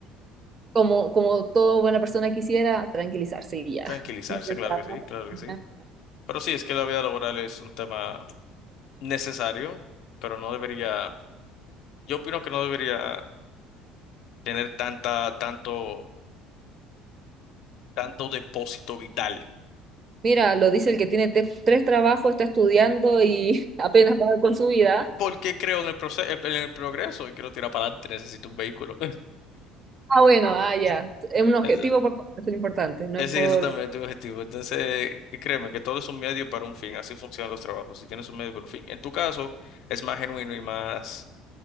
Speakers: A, on the right; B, on the left.
A: Como, como toda buena persona quisiera, tranquilizarse y ya.
B: Tranquilizarse,
A: <laughs> No pensar,
B: claro que sí,
A: no pensar
B: claro que sí.
A: nada.
B: Pero sí, es que la vida laboral es un tema necesario, pero no debería, yo opino que no debería tener tanta, tanto, tanto depósito vital.
A: Mira, lo dice el que tiene te- tres trabajos, está estudiando y <laughs> apenas va con su vida.
B: Porque creo en el proceso, en el progreso y quiero tirar para adelante, necesito un vehículo.
A: Ah, bueno, ah, ya. Es un objetivo
B: <laughs> Eso.
A: por eso es lo importante, no
B: Eh,
A: es
B: Sí,
A: por
B: eso también es tu objetivo. Entonces, que créeme que todo es un medio para un fin, así funcionan los trabajos. Si tienes un medio para un fin, en tu caso es más genuino y más,